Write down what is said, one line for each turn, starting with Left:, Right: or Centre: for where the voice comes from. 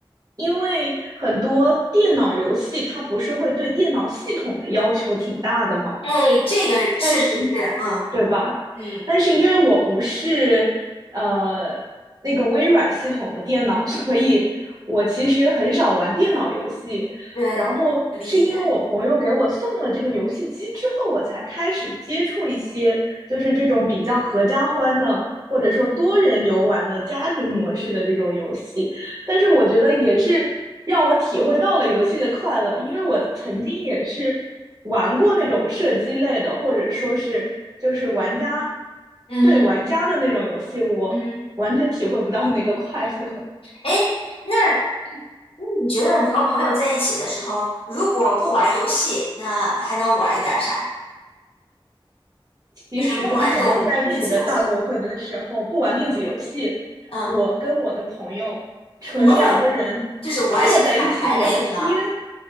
Right: 因为很多电脑游戏它不是会对电脑系统的要求挺大的嘛，
Left: 哎，这个确实是，
Right: 但是
Left: 嗯
Right: 对吧？
Left: 嗯，
Right: 但是因为我不是呃那个微软系统的电脑，<laughs> 所以我其实很少玩电脑游戏。
Left: 对，
Right: 然后是因为我朋友给我送了这个游戏机之后，
Left: 理解，
Right: 我才开始接触一些就是这种比较合家欢的，或者说多人游玩的家庭模式的这种游戏。但是我觉得也是让我体会到了游戏的快乐，因为我曾经也是玩过那种射击类的，或者说是就是玩家
Left: 嗯哼
Right: 对玩家的那种游戏，我完全体会不到那个快乐。
Left: 嗯哼，哎，那那你觉得你和朋友在一起的时候，如果不玩游戏，那还能玩一点儿啥？
Right: <laughs> 其实跟朋友在一起的大部分的时候，
Left: 就是不玩这种电子游戏，
Right: 不玩电子游戏，
Left: 嗯，
Right: 我跟我的朋友纯两个人坐在一起聊天。
Left: 你们会就是玩一些卡牌类的呢？